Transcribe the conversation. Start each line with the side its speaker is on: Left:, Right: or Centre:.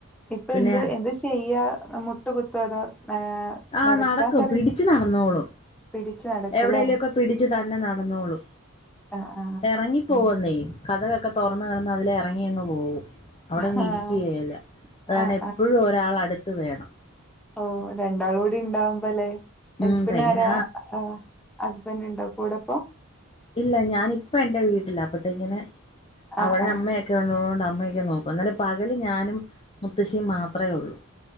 Centre: ഇപ്പ
Left: പിന്നെ
Centre: എന്ത് എന്ത് ചെയ്യാ മുട്ട് കുത്തോ അതോ ഏഹ്
Left: ആഹ്
Centre: നടക്കാൻ
Left: നടക്കും
Centre: തുടങ്ങി
Left: പിടിച്ച് നടന്നോളും,
Centre: പിടിച്ചു നടക്കൂല്ലേ
Left: എവിടേലു ഒക്കെ പിടിച്ചു തന്നെ നടന്നോളും
Centre: ആഹ് ആഹ്
Left: എറങ്ങിപ്പോവുന്നേ
Centre: ഓക്കെ
Left: കതകക്കെ തൊറന്ന് കെടന്നാ അതിലേ എറങ്ങി അങ്ങ് പോവും. അവിടെങ്ങ്
Centre: ആഹ്
Left: ഇരിക്ക്യേല അത് കാര്ണം
Centre: ആഹ്
Left: എപ്പഴും ഒരാള് അടുത്ത് വേണം
Centre: ഓഹ് രണ്ടാളൂടി ഇണ്ടാവുമ്പൊല്ലെ ഹെൽപ്പിനാരാ,
Left: ഉം എങ്ങനെ
Centre: ആഹ് ഹസ്ബെന്റ് ണ്ടോ കൂടെപ്പോ
Left: ഇല്ല ഞാനിപ്പ എന്റെ വീട്ടില അപ്പത്തേക്കിന്
Centre: ആഹ്
Left: അവടെ
Centre: ആഹ്
Left: അമ്മേ ക്കെള്ളതോണ്ട് അമ്മയൊക്കെ നോക്കും എന്നലും പകല് ഞാനും മുത്തശ്ശിയും മാത്രേ ഒള്ളൂ